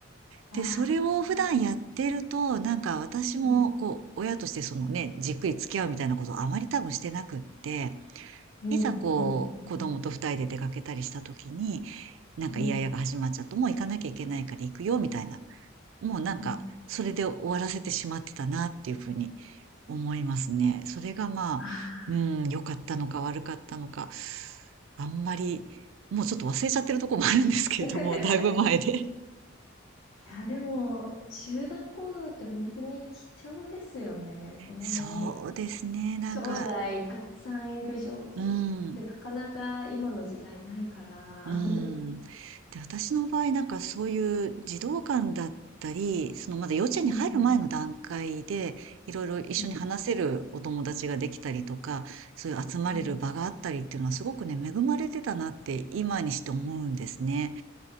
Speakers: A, on the left (about 80°); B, on the right (about 75°).
A: ああ、
B: で、それを普段やってると、
A: そう。
B: なんか私もこう、
A: うん。
B: 親としてそのね、じっくり付き合うみたいなことをあまり多分してなくって、
A: うん。
B: いざこう、
A: うん。うん。
B: 子供と二人で出かけたりした時に、なんかイヤイヤが始まっちゃうと、
A: うん。
B: もう行かなきゃいけないから行くよ、みたいなもうなんか、
A: うん。
B: それで終わらせてしまってたなっていうふうに思いますね。それがまあ、
A: ああ。
B: うん、良かったのか悪かったのか、あんまり、もうちょっと忘れちゃってるとこもあるんですけれども、
A: <laughs> い
B: だいぶ前で。<laughs>
A: や、でも、集団行動って本当に貴重ですよね。そんなに、
B: そうですね、なんか、
A: 兄弟たくさんいる状況。
B: うん。
A: で、なかなか今の時代ないから。
B: うん。で、私の場合なんかそういう児童館だったり、そのまだ幼稚園に入る前の段階で、
A: うん、うん、
B: いろいろ一緒に話せるお友達ができたりとか、
A: うん、
B: そういう集まれる場があったりっていうのはすごくね、
A: うん。
B: 恵まれてたなって今にして思うんですね。